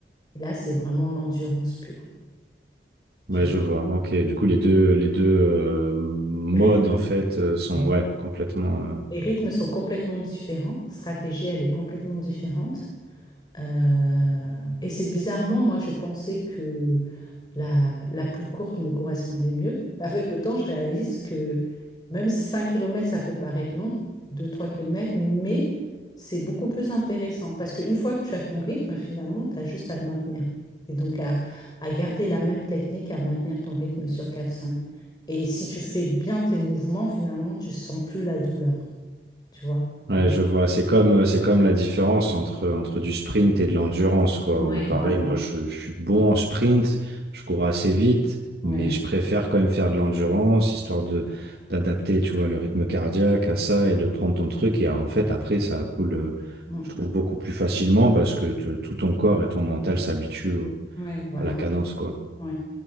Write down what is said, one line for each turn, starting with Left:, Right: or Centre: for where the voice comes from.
Left: Et là, c'est vraiment l'endurance pure. Tu
Right: Ouais,
Left: vois.
Right: je vois. Ok, du coup, les deux, les deux euh, modes,
Left: Les rythmes,
Right: en fait, euh, sont
Left: les
Right: ouais, complètement. euh,
Left: rythmes sont complètement différents. Stratégie, elle est complètement différente. Euh, et c'est bizarrement, moi, je pensais que la, la plus courte me correspondait mieux. Avec le temps, je réalise que même 5 kilomètres ça peut paraître long, deux trois kilomètres, mais c'est beaucoup plus intéressant parce qu'une fois que tu as ton rythme, finalement, tu as juste à le maintenir. Et donc à, à garder la même technique, à maintenir ton rythme sur quatre cinq. Et si tu fais bien tes mouvements, finalement, tu sens plus la douleur, tu vois.
Right: Ouais,
Left: Donc,
Right: je vois. C'est comme, euh, c'est comme la différence entre, entre du sprint et de l'endurance, quoi.
Left: Ouais,
Right: Ou pareil,
Left: voilà.
Right: moi, je, je suis bon en sprint, je cours assez vite,
Left: ouais,
Right: mais je préfère quand même faire de l'endurance, histoire de d'adapter, tu vois, le rythme cardiaque à ça et de prendre ton truc. Et euh, en fait, après, ça coule, euh,
Left: mm,
Right: je trouve, beaucoup plus facilement parce que te- tout ton corps et ton mental s'habituent au-
Left: ouais, voilà.
Right: à la cadence, quoi.
Left: ouais.